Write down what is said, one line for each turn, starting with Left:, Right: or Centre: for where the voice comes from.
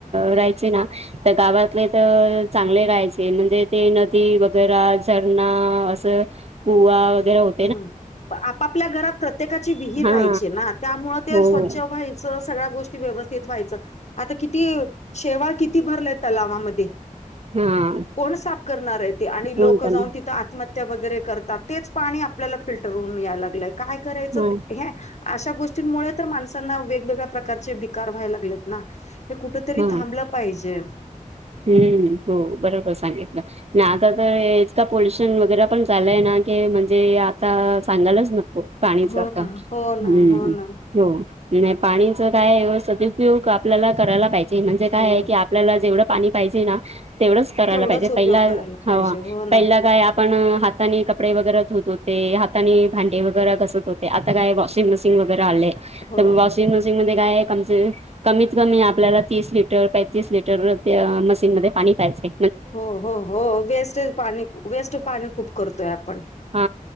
Right: राहायचे ना. तर गावातले तर चांगले राहायचे म्हणजे ते नदी वगैरे झरणा असं. गुवा वगैरे होत.
Left: हम्म आपापल्या घरात प्रत्येकाची विहीर
Right: हा
Left: राहायची ना त्यामुळे ते
Right: हो
Left: स्वच्छ व्हाय च सगळ्या गोष्टी व्यवस्थित व्हायचं आता किती शेवाळ किती भरलंय तलावामध्ये.
Right: हा
Left: कोण साफ करणार आहे ते, आणि
Right: फोन
Left: लोक जाऊन
Right: करणं
Left: तिथं आत्महत्या वगैरे करतात तेच. पाणी आपल्याला फिल्टर होऊन, यायला लागलंय काय करायचं
Right: हा
Left: ते हे. अशा गोष्टींमुळे तर माणसांना वेगवेगळ्या प्रकारचे विकार व्हायला लागलेत ना. हे कुठं तरी
Right: हा
Left: थांबलं पाहिजे.
Right: हम्म. हो बरोबर सांगितलं. नाही आता तर इतका पोल्युशन वगैरे पण झालंय, ना की म्हणजे आता सांगायलाच नको. पाणीच
Left: हो
Right: आता
Left: ना
Right: हम्म
Left: हो ना हो ना
Right: हो. नाही पाणीच काय सदुपयोग आपल्याला करायला पाहिजे, म्हणजे काय
Left: हो
Right: आहे की आपल्याला जेवढं. पाणी पाहिजे ना, तेवढंच करायला
Left: तेवढाच
Right: पाहिजे.
Left: उपयोग
Right: पहिला
Left: करायला पाहिजे
Right: हा
Left: हो ना
Right: पहिला काय. आपण हाताने कपडे वगैरे धुत होते, हाताने भांडे वगैरे घसत होते. आता काय वॉशिंग मशीन वगैरे आले,
Left: हो
Right: तर वॉशिंग
Left: ह
Right: मशीन. बेसिंगमध्ये काय कमीत कमी आपल्याला, तीस लीटर काय तीस लीटर. त्या मशीनमध्ये पाणी प्यायचे.
Left: हो... हो... हो वेस्ट पाणी वेस्ट, पाणी खूप करतोय आपण.
Right: हा,